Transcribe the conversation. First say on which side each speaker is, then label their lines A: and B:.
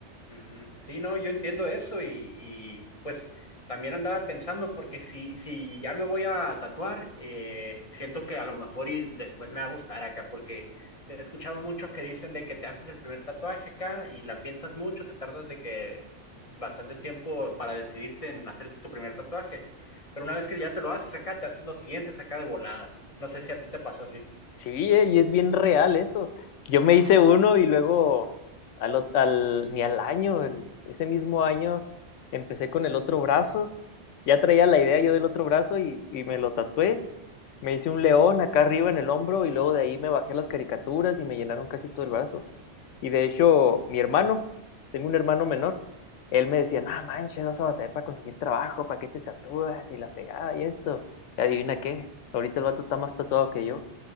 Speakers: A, on the left; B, on the left.
A: Ujú. Sí, no, yo entiendo eso y, y, pues también andaba pensando porque si, si ya me voy a tatuar, eh, siento que a lo mejor y después me va a gustar acá porque he escuchado muchos que dicen de que te haces el primer tatuaje acá y la piensas mucho, te tardas de que bastante tiempo para decidirte en hacerte tu primer tatuaje, pero una vez que ya te lo haces acá, te haces los siguientes acá de volada. No sé si a ti te pasó así.
B: Sí, eh, y es bien real eso. Yo me hice uno y luego al, ot- al- ni al año, el- ese mismo año empecé con el otro brazo. Ya traía la idea yo del otro brazo y, y me lo tatué. Me hice un león acá arriba en el hombro y luego de ahí me bajé las caricaturas y me llenaron casi todo el brazo. Y de hecho, mi hermano, tengo un hermano menor, él me decía, no manches, vas a batallar para conseguir trabajo, para qué te tatúas y la fregada y esto. Y adivina qué, ahorita el vato está más tatuado que yo.